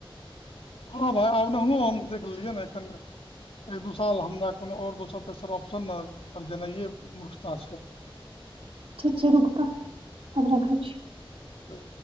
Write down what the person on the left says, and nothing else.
हँ भाय आबनाहुँ हम देख लेलियै ने एखन एक दू साल हमरा कोनो आओर दोसर तेसर ऑप्शन ने पर जेनाइ मूर्खता छै <unintelligible>
ह्म